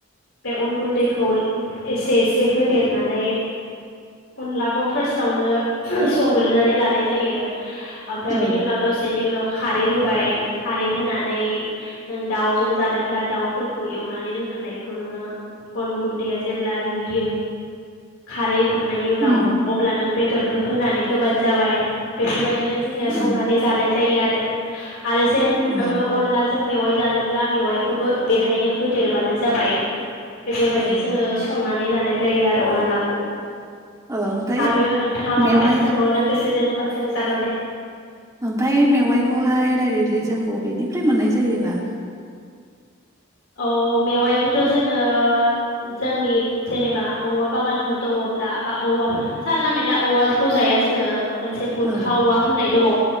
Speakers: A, on the left; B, on the right.
A: बे उन गुन्दैखौ <unintelligible> एसे एसे होदेरनानै अनलाखौ फार्स्टआवनो संग्रोनानै लानाय जायो ओमफ्राय
B: औ
A: बिनि उनाव दसेनि उनाव खारै होबाय खारै होनानै नों दाउजों जानोब्ला दाउफोरखौ एवनानै दोनखानायखौ नोङो अन गुन्दैया जेब्ला रुयो खार खांनायनि उनाव
B: उम
A: अब्ला नों बे खो होनानै होबानो जाबाय बेफोरबायदिनो जोंनिया
B: उम
A: संनानै जानाय ज जायो आरो आरो जेन नोङो
B: औ
A: अनला ज जों मेवाइ जानोब्ला मेवाइखौबो बेहायनो होदेरबानो जाबाय। बेफोरबायदि
B: औ
A: जोङो संना नै जानाय जायो आरो अनलाखौ।
B: ओमफ्राय
A: आरो नोंथाङा माबाफोर
B: मेवाइ
A: सोंबावनो गोसो दोङोबा सों जागोन दे
B: ओमफाय मेवाइखौहाय डाइरेक्टलि जों बबेनिफ्राय मोननाय जायोबा?
A: औ मेवाइखौथ' जोङो जोंनि जेनेबा औवा बागानफोर दङब्ला बा औवाफोर जानला मोनला औवाखौ जाया जोङो। मोनसे बुरखा
B: औ
A: औवा होननाय दङ